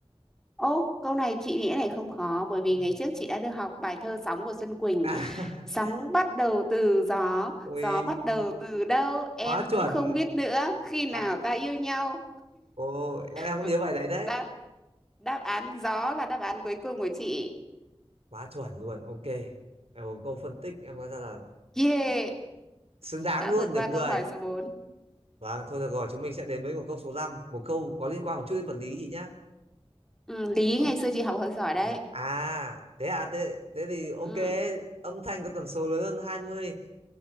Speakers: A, in the centre; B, on the right.
A: ô câu này chị nghĩ này không khó bởi vì
B: Ừ.
A: ngày trước chị đã được học bài thơ sóng của Xuân Quỳnh
B: À,
A: sóng
B: <laughs>
A: bắt đầu từ gió
B: ui
A: gió bắt đầu từ đâu em
B: quá
A: cũng
B: chuẩn
A: không biết nữa khi nào
B: vậy
A: ta yêu nhau
B: ồ em, em cũng
A: Vậy-
B: nhớ bài đấy đấy
A: đáp đáp án gió là đáp án cuối cùng của chị
B: quá chuẩn luôn ok em một câu phân tích em nói ra là
A: yeah
B: xứng đáng
A: đã
B: luôn
A: vượt qua
B: điểm
A: câu
B: 10.
A: hỏi số 4.
B: vâng thôi được rồi chúng mình sẽ đến với một câu số 5, một câu có liên quan một chút đến vật lý chị nhá
A: ừ, Lý
B: Âm-
A: ngày xưa chị học hơi giỏi đấy
B: dạ. à thế à thế, thế thì ok
A: Ừ.
B: âm thanh có tần số lớn hơn hai mươi.